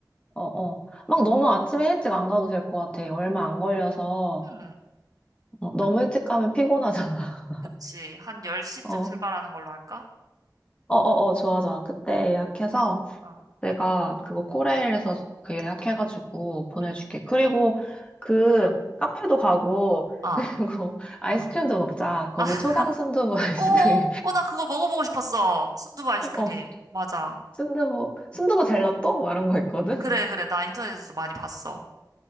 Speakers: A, on the left; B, on the right.
A: 어, 어. 막 너무 아침에 일찍 안 가도 될 것 같아. 얼마 안 걸려서.
B: 음,
A: 어, 너무
B: 한,
A: 일찍 가면 피곤하잖아.
B: 그치. 한 10시쯤
A: <laughs> 어, 어,
B: 출발하는 걸로 할까?
A: 어, 어, 좋아, 좋아. 그때
B: 응,
A: 예약해서
B: 어,
A: 내가 그거 코레일에서 그 예약해가지고 보내줄게.
B: 응.
A: 그리고 그 카페도 가고,
B: 아.
A: 그리고 <laughs> 아이스크림도
B: <laughs>
A: 먹자. 거기
B: 아,
A: 초당 순두부 아이스크림.
B: 오, 오, 오, 나 그거 먹어보고 싶었어. 순두부
A: <laughs>
B: 아이스크림.
A: 어,
B: 맞아.
A: 순두부, 순두부 젤라또? 막 이런 거 있거든?
B: 그래, 그래. 나 인터넷에서 많이 봤어.